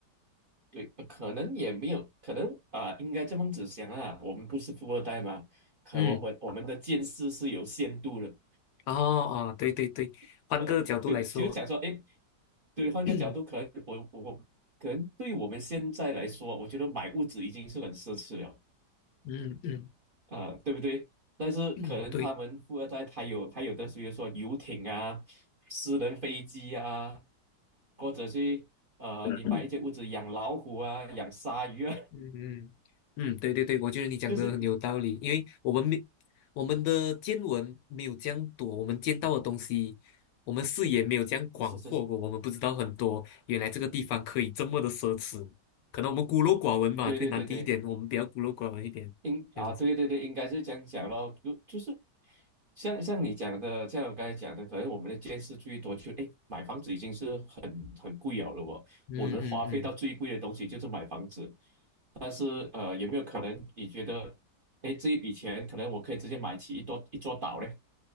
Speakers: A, on the right (about 55°); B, on the left (about 85°).
A: 对，呃可能也没有，可能啊、应该这么子想啊，我们不是富二代嘛，可我们我们的见识是有限度的。
B: 嗯，哦哦，对对对，
A: <laughs>
B: 换个角度来说，
A: 呃，对对，就是想说，哎，对，
B: <coughs> <clears throat>
A: 换个角度，
B: 嗯
A: 可能我我我可能对我们现在来说，我觉得买屋子已经是很奢侈了
B: 嗯嗯
A: 啊、对不对？但是可能他们富二代他有他有的，
B: 嗯，对。
A: 比如说游艇啊、私人飞机啊，或者是呃，
B: <clears throat>
A: 你买一间屋子养老虎啊、养鲨鱼啊，
B: 嗯嗯嗯，嗯对对对，我觉得你讲的很有道理，
A: <laughs> 就是
B: 因为我们没我们的见闻没有这样多，我们见到的东西，我们视野没有这样广阔过，
A: 是是是，
B: 我们不知道很多，原来这个地方可以这么的奢侈，可能我们孤陋寡闻吧，
A: 对对对对，
B: 可以难听一点，我们比较孤陋寡闻一点，
A: 应啊，
B: 这样子。
A: 对对对，应该是这样讲咯，就就是像像你讲的，像我刚才讲的，可能我们的见识最多就诶，买房子已经是很很贵了了哦，
B: 嗯嗯嗯，
A: 我能花费到最贵的东西就是买房子，但是呃，有没有可能你觉得，诶，这一笔钱可能我可以直接买起一座一座岛嘞？